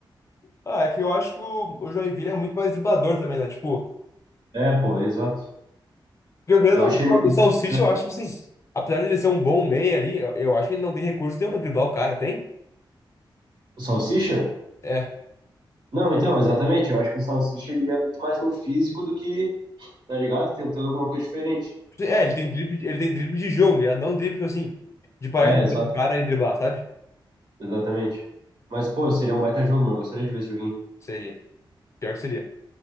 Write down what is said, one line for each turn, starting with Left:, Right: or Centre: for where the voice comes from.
Left: Ah, é que eu acho que o, o Joinville é muito mais driblador também, né? Tipo,
Right: É, pô, exato.
Left: porque o Grêmio-
Right: Eu acho ele.
Left: o
Right: melhor.
Left: o Salsicha, eu acho assim, apesar de ele ser um bom meia ali, eu, eu acho que ele não tem recurso nenhum pra driblar o cara, tem?
Right: O Salsicha?
Left: É.
Right: Não, então, exatamente. Eu acho que o Salsicha ele ia muito mais no físico do que, tá ligado? Tentando alguma coisa diferente.
Left: É, ele tem drible, ele tem drible de jogo, tá ligado? Não drible, tipo assim, de parar
Right: É,
Left: no do
Right: exato,
Left: cara e driblar, sabe?
Right: exatamente. Mas, pô, seria um baita jogo, meu. Eu gostaria de ver esse joguinho.
Left: Seria. Pior que seria.